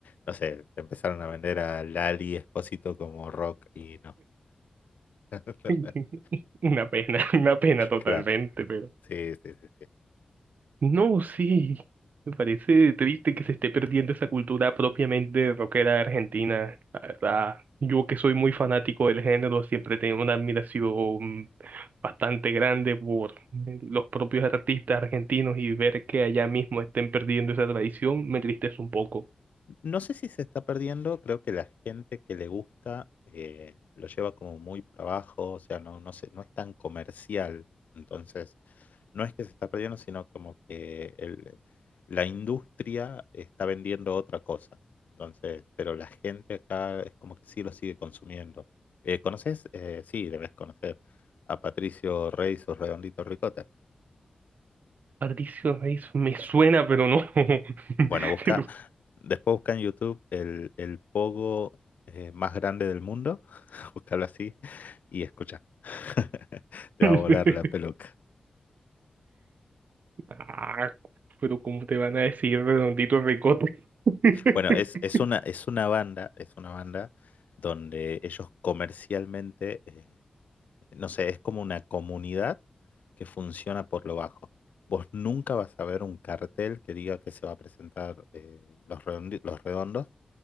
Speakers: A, on the left; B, on the right.
A: no sé, empezaron a vender a Lali Espósito como rock y no. <laughs>
B: <laughs> una pena, una pena totalmente,
A: Claro,
B: pero...
A: sí, sí, sí. sí.
B: No, sí, me parece triste que se esté perdiendo esa cultura propiamente rockera argentina, la verdad. Yo que soy muy fanático del género, siempre tengo una admiración bastante grande por eh, los propios artistas argentinos y ver que allá mismo estén perdiendo esa tradición me entristece un poco.
A: No sé si se está perdiendo, creo que la gente que le gusta eh, lo lleva como muy por abajo, o sea, no, no sé, no es tan comercial. Entonces, no es que se está perdiendo, sino como que el- la industria está vendiendo otra cosa. Entonces, pero la gente acá es como que sí lo sigue consumiendo. Eh, ¿conoces? Eh, sí, debes conocer a Patricio Rey y sus Redonditos Ricota.
B: Patricio Reyes me suena, pero no. <laughs>
A: Bueno, busca,
B: Te lo-
A: después busca en YouTube el, el pogo eh, más grande del mundo, <laughs> búscalo así y escucha. <laughs> Te
B: <laughs>
A: va a volar la peluca.
B: Ah, pero ¿cómo te van a decir redondito ricote? <laughs>
A: Bueno, es, es una, es una banda, es una banda donde ellos comercialmente, eh, no sé, es como una comunidad que funciona por lo bajo. Vos nunca vas a ver un cartel que diga que se va a presentar eh, los Redondi- los redondos